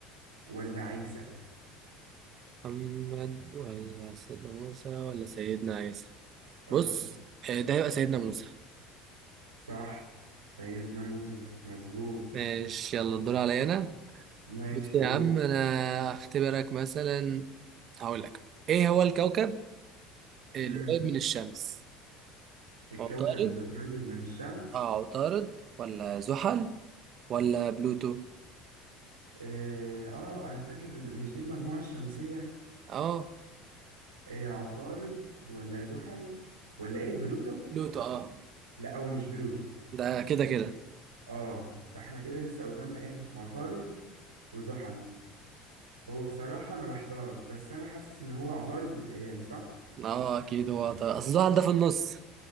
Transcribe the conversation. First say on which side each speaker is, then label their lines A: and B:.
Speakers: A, on the right; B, on the right.
A: ولا عيسى
B: محمد ولا سيدنا موسى ولا سيدنا عيسى
A: آه.
B: بص آه، ده يبقى سيدنا موسى
A: صح سيدنا موسى مظبوط
B: ماشي يلا الدور عليا انا
A: ماشي
B: بص يا
A: قول
B: عم انا اختبرك مثلا هقول لك ايه هو الكوكب القريب
A: امم
B: من الشمس
A: الكوكب
B: عطارد
A: اللي قريب من الشمس
B: اه عطارد ولا زحل ولا بلوتو
A: آه, اه انا فاكر ال- مش دي المجموعة الشمسية
B: اه
A: آه عطارد ولا زحل ولا ايه بلوتو
B: بلوتو اه
A: لا هو مش بلوتو
B: ده كده كده
A: اه فاحنا كده لسه قدامنا ايه عطارد وزحل هو بصراحة انا محتار بس انا حاسس ان هو عطارد بتهيالي صح
B: اه اكيد هو عطارد اصل زحل ده في النص